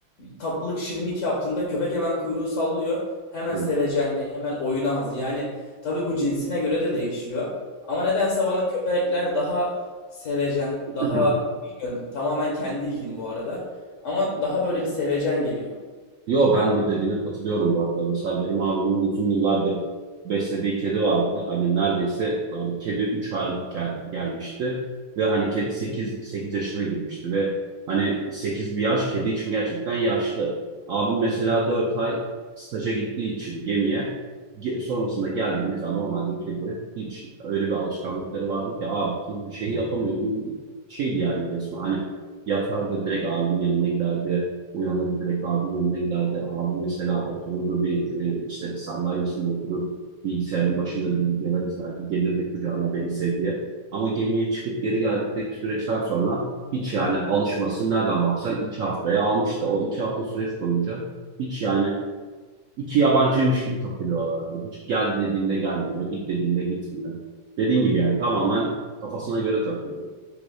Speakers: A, on the left; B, on the right.
A: tatlılık şirinlik yaptığında köpek hemen kuyruğu sallıyor. Hemen
B: aynen.
A: sevecenliğe, hemen oyuna hazır. Yani tabii bu cinsine göre de değişiyor. Ama nedense bana köpekler daha sevecen, daha
B: Hı hı.
A: bilmiyorum tamamen kendi ilgim bu arada. Ama daha böyle bir sevecen geliyor.
B: Yo ben bu dediğine katılıyorum bu arada. Mesela benim abimin uzun yıllardır beslediği kedi vardı. Hani neredeyse yani kedi 3 aylık gel- gelmişti ve hani kedi sekiz sekiz yaşına girmişti ve hani 8 bir yaş kedi için gerçekten yaşlı. Abim mesela 4 ay staja gittiği için gemiye ge- sonrasında geldi mesela normalde kedi hiç öyle bir alışkanlıkları vardı ki abi bir şey yapamıyor gibi bir şeydi yani resmen. Hani yatardı direkt abimin yanına giderdi Uyanır direkt abimin önüne giderdi. Abi mesela otururdu bir e, işte sandalyesinde oturup bilgisayarın başında bir videolar izlerdi. Gelirdi kucağına beni sev diye. Ama gemiye çıkıp geri geldikteki süreçten sonra hiç yani alışması nereden baksan iki haftaya almıştı. O iki hafta süreç boyunca hiç yani iki yabancıymış gibi takılıyorlardı. Hiç gel dediğinde gelmiyor, git dediğinde gitmiyor. Dediğin gibi yani tamamen kafasına göre takılıyor.